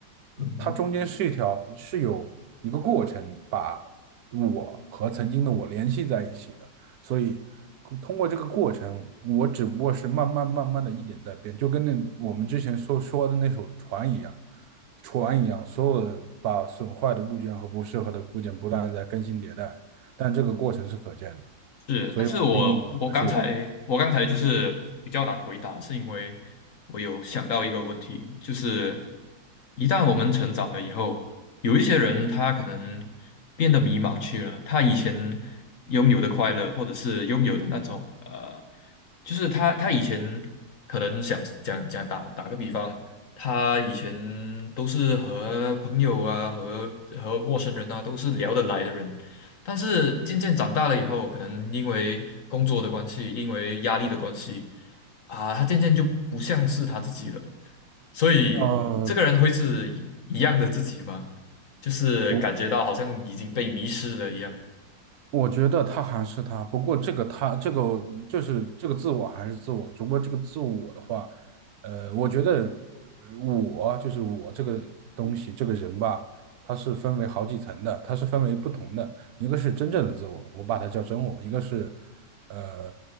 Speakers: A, on the right; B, on the left.
A: 呃它中间是一条是有一个过程把
B: 嗯。
A: 我和曾经的我联系在一起的。所以通过这个过程，我只不过是慢慢慢慢的一点在变，就跟那我们之前说说的那艘船一样，船一样，所有的把损坏的部件和不适合的部件不断的在更新迭代，但这个过程是可见的，
B: 是，
A: 所以我定义我还是我。
B: 但是我我刚才我刚才就是比较难回答，是因为我有想到一个问题，就是一旦我们成长了以后，有一些人他可能变得迷茫去了，他以前拥有的快乐，或者是拥有的那种呃，就是他他以前可能想讲讲打打个比方，他以前都是和朋友啊和和陌生人啊都是聊得来的人。但是渐渐长大了以后，可能因为工作的关系，因为压力的关系啊，他渐渐就不像是他自己了。所以这个人会是一一样的自己吗？
A: 呃，
B: 就是感觉到好像已经被迷失了一样。
A: 我我觉得他还是他，不过这个他这个就是这个自我还是自我，只不过这个自我的话，呃，我觉得我就是我这个东西这个人吧，它是分为好几层的，它是分为不同的，一个是真正的自我，我把它叫真我，一个是呃